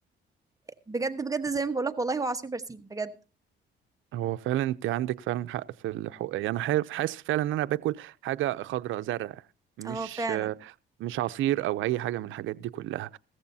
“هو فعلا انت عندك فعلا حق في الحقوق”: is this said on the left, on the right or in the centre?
Right